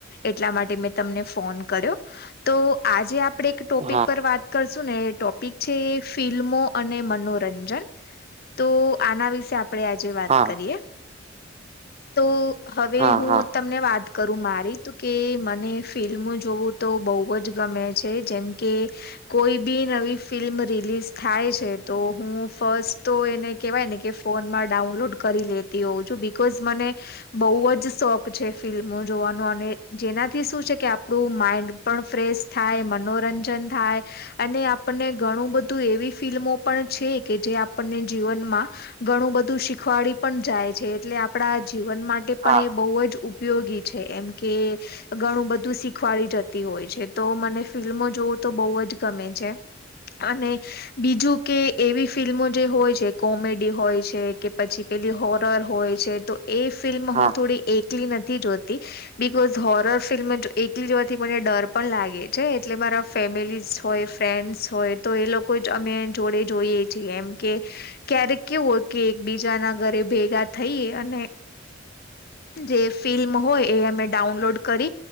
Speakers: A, on the left; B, on the right.
A: એટલા માટે મેં તમને ફોન કર્યો. તો આજે આપણે એક ટોપિક
B: હા
A: પર વાત કરશું ને એ. પીછે ફિલ્મો અને મનોરંજન તો આના વિશે આપ. આપડે આજે વાત
B: હા
A: કરીએ. તો હવે
B: હા
A: હું.
B: હા
A: તમને વાત કરું મારી તો કે મને ફિલ્મ જોવું તો બહુ જ ગમે છે જેમ. કે કોઈ બી નવી. ફિલ્મ રિલીઝ થાય છે તો હું ફસ્ટ તો એને કહેવાય ને કે ફોનમાં ડાઉનલોડ કરી લે. તી હોઉ છું બિકોઝ મને. બહુ જ શોખ છે ફિલ્મો જોવાનો અને જેનાથી શું છે કે આપણું માઈન્ડ. પણ ફ્રેશ થાય મનોરંજન થાય અને આપ. આપણને ઘણું બધું એવી ફિલ્મો પણ છે કે જે આપણને જીવનમાં. ઘણું બધું શીખવાડી પણ જાય છે એટલે આપણા જીવન માટે
B: હા
A: પણ એ બહુ જ. ઉપયોગી છે એમ કે. ઘણું બધું શીખવાડી જતી હોય છે તો મને ફિલ્મો જોવું તો બહુ જ ગમે છે. અને બીજું કે એવી ફિલ્મો જે હોય છે કોમેડી હોય છે કે પછી. પેલી હોરર હોય છે તો એ ફિલ્મ
B: હા
A: હું થોડી એકલી નથી જોતી. બિકોઝ હોરર ફિલ્મ એકલી જવાથી મને ડર પણ લાગે છે એટલે મારા. ફેમિલીઝ હોય ફ્રેન્ડ્સ હોય તો એ લોકો જ અમે જોડે જોઈએ છીએ એમ કે. ક્યારેક કેવો કે એકબીજાના ઘરે ભેગા થઈએ અને જે ફિલ્મ હોય એ અમે ડાઉનલોડ કરી